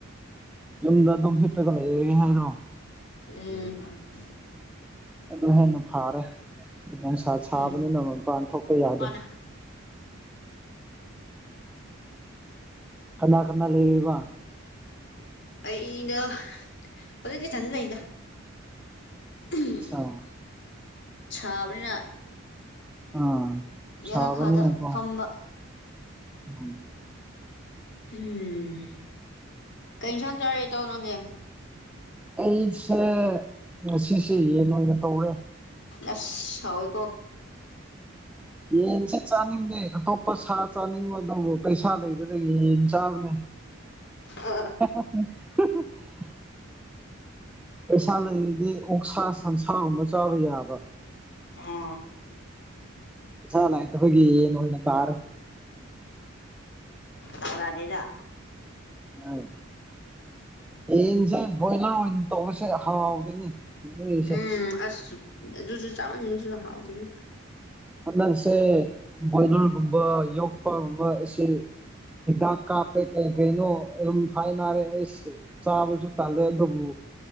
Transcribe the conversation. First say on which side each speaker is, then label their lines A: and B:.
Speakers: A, in the centre; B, on the left.
A: ꯌꯨꯝꯗ ꯑꯗꯨꯝ ꯍꯤꯞꯄꯒ ꯂꯩꯔꯦ ꯍꯥꯏꯔꯣ
B: ꯎꯝ <unintelligible>
A: ꯑꯗꯨ ꯍꯦꯟꯅ ꯐꯥꯔꯦ ꯅꯨꯡꯁꯥ
B: ꯎꯝ
A: ꯁꯥꯕꯅꯤꯅ ꯃꯄꯥꯟ ꯊꯣꯛꯄ ꯌꯥꯗꯦ
B: ꯃꯥꯅꯦ
A: ꯀꯅꯥ ꯀꯅꯥ ꯂꯩꯔꯤꯕ
B: ꯑꯩꯅꯒꯥ ꯃꯊꯥꯛꯇ ꯏꯊꯟꯗꯥ ꯂꯩꯗꯥ ꯎꯝ
A: ꯑꯠꯆꯥ
B: ꯁꯥꯕꯅꯤꯅ
A: ꯑꯥ
B: ꯌꯥꯅꯈꯥꯗ
A: ꯁꯥꯕꯅꯤꯅꯀꯣ
B: ꯐꯝꯕ
A: ꯎꯝ
B: ꯎꯝ ꯀꯩꯏꯟꯁꯥꯡ ꯆꯥꯔꯦ ꯏꯇꯥꯎ ꯅꯪꯗꯤ
A: ꯑꯩꯁꯦ ꯉꯁꯤꯁꯦ ꯌꯦꯟ ꯑꯣꯏꯅ ꯇꯧꯔꯦ
B: ꯑꯁ ꯍꯥꯎꯋꯦꯀꯣ
A: ꯌꯦꯟꯁ ꯆꯥꯅꯤꯡꯗꯦ ꯑꯇꯣꯞꯄ ꯁꯥ ꯆꯥꯅꯤꯡꯕ ꯑꯗꯨꯕꯨ ꯄꯩꯁꯥ ꯂꯩꯗꯕꯒꯤ ꯌꯦꯟ ꯆꯥꯕꯅꯦ
B: ꯑꯥ <unintelligible>
A: <unintelligible> ꯄꯩꯁꯥ ꯂꯩꯔꯗꯤ ꯑꯣꯛꯁꯥ ꯁꯟꯁꯥꯒꯨꯝꯕ ꯆꯥꯕ ꯌꯥꯕ
B: ꯑꫭ
A: ꯄꯩꯁꯥ ꯂꯩꯇꯕꯒꯤ ꯌꯦꯟ ꯑꯣꯏꯅ ꯇꯥꯔꯦ
B: ꯗꯥꯎ ꯌꯥꯗꯦꯗ
A: ꯎꯝ ꯌꯦꯟꯁꯦ ꯕꯣꯏꯂꯔ ꯑꯣꯏꯅ ꯇꯧꯕꯁꯦ ꯍꯥꯎꯗꯣꯏꯅꯤ ꯃꯣꯏꯁꯦ
B: ꯎꯝ ꯑꯁ ꯑꯗꯨꯁꯨ ꯆꯥꯃꯥꯟꯅꯁꯨ ꯍꯥꯎꯇꯥꯕꯅꯤ
A: ꯍꯟꯗꯛꯁꯦ ꯕꯣꯏꯂꯔꯒꯨꯝꯕ ꯌꯣꯛꯄꯒꯨꯝꯕ ꯁꯤ ꯍꯤꯗꯥꯛ ꯀꯥꯄꯦ ꯀꯩ ꯀꯩꯅꯣ ꯑꯗꯨꯝ ꯍꯥꯏꯅꯔꯦ ꯑꯩꯁ ꯆꯥꯕꯁꯨ ꯇꯜꯂꯦ ꯑꯗꯨꯕꯨ